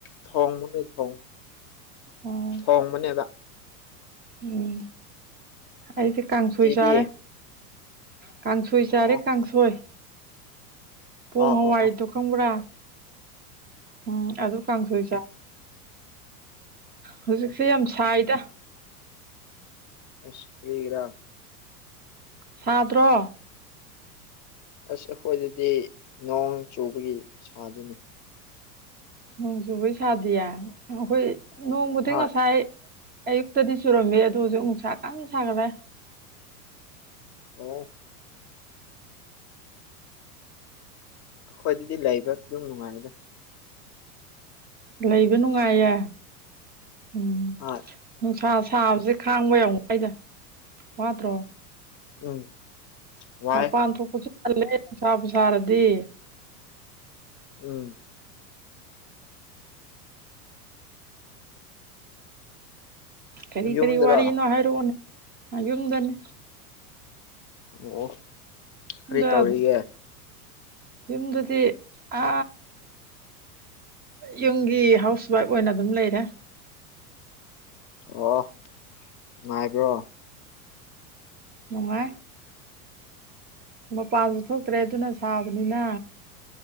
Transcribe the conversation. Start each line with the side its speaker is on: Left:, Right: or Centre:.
Left: ꯊꯣꯡꯕꯕꯨꯗꯤ ꯊꯣꯡꯏ
Right: ꯑꯣ
Left: ꯊꯣꯡꯕꯅꯦꯕ
Right: ꯎꯝ ꯑꯩꯁꯦ ꯀꯥꯡꯁꯣꯏ
Left: ꯏꯆꯦꯗꯤ
Right: ꯆꯥꯔꯦ ꯀꯥꯡꯁꯣꯏ ꯆꯥꯔꯦ
Left: ꯑꯣ
Right: ꯀꯥꯡꯁꯣꯏ ꯄꯣꯡ
Left: ꯑꯣ
Right: ꯍꯋꯥꯏꯗꯣ
Left: ꯑꯣ ꯑꯣ
Right: ꯈꯪꯕ꯭ꯔꯥ ꯎꯝ ꯑꯗꯣ ꯀꯥꯡꯁꯣꯏ ꯆꯥꯏ ꯍꯧꯖꯤꯛꯁꯦ
Left: ꯑꯣ
Right: ꯌꯥꯝ ꯁꯥꯏꯗ
Left: ꯑꯁ ꯀꯔꯤꯒꯤꯔꯥ
Right: ꯁꯥꯗ꯭ꯔꯣ
Left: ꯑꯁ ꯑꯩꯈꯣꯏꯗꯗꯤ ꯅꯣꯡ ꯆꯨꯕꯒꯤ ꯁꯥꯗꯦꯅꯦ
Right: ꯅꯣꯡ ꯆꯨꯕꯩ ꯁꯥꯗꯤꯌꯦ ꯑꯈꯣꯏ ꯅꯣꯡꯕꯨꯗꯤ
Left: ꯍꯣꯏ
Right: ꯉꯁꯥꯏ ꯑꯌꯨꯛꯇꯗꯤ ꯆꯨꯔꯝꯃꯦ ꯑꯗꯨ ꯍꯧꯖꯤꯛ ꯅꯨꯡꯁꯥ ꯀꯟꯅ ꯁꯥꯒꯠꯂꯦ
Left: ꯑꯣ ꯑꯩꯈꯣꯏꯗꯗꯤ ꯂꯩꯕ ꯑꯗꯨꯝ ꯅꯨꯡꯉꯥꯏꯗ
Right: ꯂꯩꯕ ꯅꯨꯡꯉꯥꯏꯌꯦ ꯎꯝ
Left: ꯍꯣꯏ
Right: ꯅꯨꯡꯁꯥ ꯁꯥꯕꯁꯦ ꯈꯥꯡꯕ ꯌꯥꯝ ꯋꯥꯏꯗ ꯋꯥꯗ꯭ꯔꯣ
Left: ꯎꯝ ꯋꯥꯏ
Right: ꯃꯄꯥꯟ ꯊꯣꯛꯄꯁꯨ ꯇꯜꯂꯦ ꯅꯨꯡꯁꯥꯕꯨ ꯁꯥꯔꯗꯤ
Left: ꯎꯝ
Right: ꯀꯔꯤ
Left: ꯌꯨꯝꯗꯔꯣ
Right: ꯀꯔꯤ ꯋꯥꯔꯤꯅꯣ ꯍꯥꯏꯔꯛꯑꯣꯅꯦ ꯌꯨꯝꯗꯅꯤ
Left: ꯑꯣ ꯀꯔꯤ
Right: ꯌꯨꯝꯗ
Left: ꯇꯧꯔꯤꯒꯦ
Right: ꯑꯗꯨ ꯌꯨꯝꯗꯗꯤ ꯑ ꯌꯨꯝꯒꯤ ꯍꯥꯎꯁ ꯋꯥꯏꯐ ꯑꯣꯏꯅ ꯑꯗꯨꯝ ꯂꯩꯔꯦ
Left: ꯑꯣ ꯅꯨꯡꯉꯥꯏꯕ꯭ꯔꯣ
Right: ꯅꯨꯡꯉꯥꯏ ꯃꯄꯥꯟꯁꯨ ꯊꯣꯛꯇ꯭ꯔꯦ ꯑꯗꯨꯅ ꯁꯥꯕꯅꯤꯅ